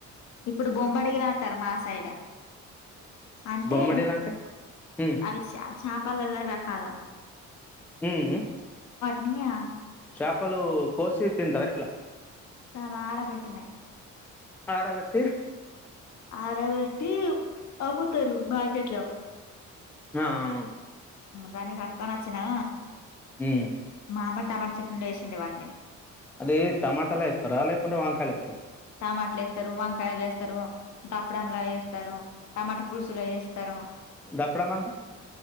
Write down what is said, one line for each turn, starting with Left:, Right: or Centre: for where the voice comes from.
Left: ఇప్పుడు బొంబడిలాంటరు మా సైడ్ అంటే
Centre: బొమ్మడీలు అంటే ఉ
Left: అవి చ చాపలల్ల రకాలు
Centre: మ్ మ్
Left: మియా
Centre: చాపలు కోసి తింటరా ఎట్లా
Left: కాదారబెట్టినయి
Centre: ఆరబెట్టి
Left: ఆరవెట్టి అమ్ముతరు మార్కెట్లో
Centre: ఆ ఆ ఓ
Left: దాన్ని కట్టుకొని వచ్చినా
Centre: మ్
Left: మా అమ్మ టమాటచట్నీలో వేసింది వాటిని
Centre: అది టమాటాల ఏస్తారా లేకుంటే వంకాయలు ఏస్తారా
Left: టమాటలు ఏస్తారు వంకాయలు ఏస్తారు దప్పడంలా ఏస్తారు టమాటా పులుసులో ఏస్తారు
Centre: దప్పడం అంటే